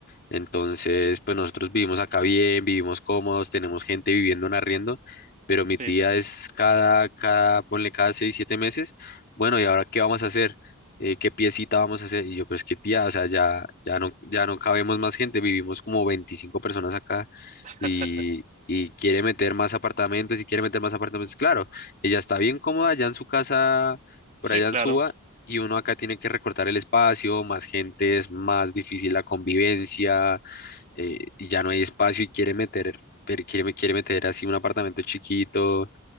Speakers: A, on the left; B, on the right.
A: Entonces, pues nosotros vivimos acá bien, vivimos cómodos, tenemos gente viviendo en arriendo, pero mi
B: sí,
A: tía es cada, cada, ponle cada seis, siete meses, bueno, ¿y ahora qué vamos a hacer? Eh, ¿qué piecita vamos a hacer? Y yo, pues qué tía, o sea, ya, ya no, ya no cabemos más gente, vivimos como 25 personas acá
B: <laughs>
A: y, y quiere meter más apartamentos y quiere meter más apartamentos. Claro, ella está bien cómoda allá en su casa, por
B: sí,
A: allá
B: claro.
A: en Suba, y uno acá tiene que recortar el espacio, más gente, es más difícil la convivencia, eh, y ya no hay espacio y quiere meter, pero quiere, quiere meter así un apartamento chiquito,